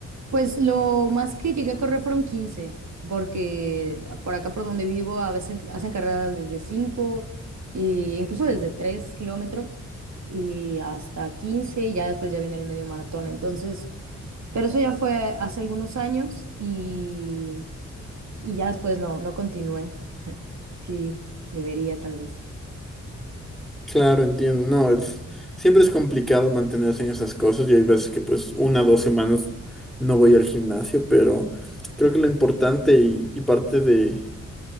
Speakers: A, on the right; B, in the centre.
A: pues lo más que llegué a correr fueron 15 porque por acá por donde vivo a veces hacen carreras desde 5 e incluso desde 3 kilómetros y hasta 15 y ya después ya viene el medio maratón. Entonces, pero eso ya fue hace algunos años y, y ya después no, no continué. <laughs> Sí, debería tal vez.
B: Claro, entiendo. No, es, siempre es complicado mantenerse en esas cosas y hay veces que pues una o dos semanas no voy al gimnasio, pero creo que lo importante y, y parte de,